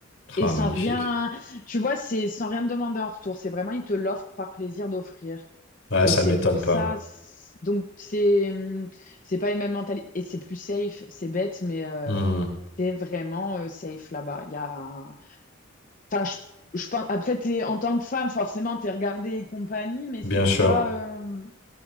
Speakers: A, on the left; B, on the left.
A: Et
B: Ah,
A: sans
B: magnifique.
A: rien, tu vois, c'est sans rien te demander en retour. C'est vraiment, ils te l'offrent par plaisir d'offrir.
B: Ouais,
A: Et
B: ça
A: c'est
B: m'étonne
A: pour
B: pas.
A: ça. c'est- Donc, c'est hum, c'est pas les mêmes mentalités. Et c'est plus safe. C'est bête, mais euh,
B: Hmm.
A: t'es vraiment euh, safe là-bas. Il y a... Enfin, je, je pense... Après, t'es, en tant que femme, forcément, t'es regardée et compagnie, mais
B: Bien
A: c'est
B: sûr.
A: pas... euh,